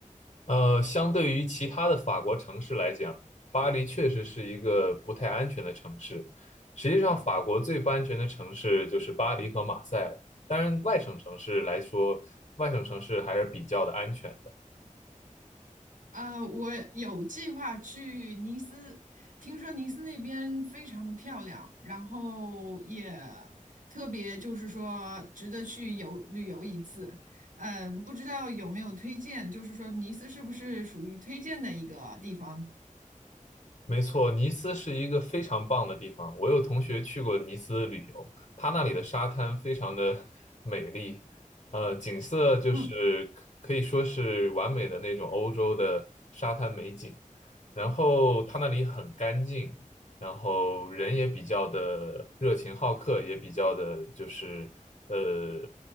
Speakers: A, on the left; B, on the right.
A: 呃，相对于其他的法国城市来讲，巴黎确实是一个不太安全的城市。实际上，
B: 啊
A: 法国最不安全的城市就是巴黎和马赛了。当然，外省城市来说，外省城市还是比较的安全的。
B: 啊，我有计划去尼斯，听说尼斯那边非常的漂亮，然后也特别就是说值得去游旅游一次。嗯，不知道有没有推荐，就是说尼斯是不是属于推荐的一个地方？
A: 没错，尼斯是一个非常棒的地方。我有同学去过尼斯旅游，他那里的沙滩非常的 <laughs> 美丽，呃，景色就是可可以说是完美的那种欧洲的沙滩美景。
B: 嗯，
A: 然后它那里很干净，然后人也比较的热情好客，也比较的就是呃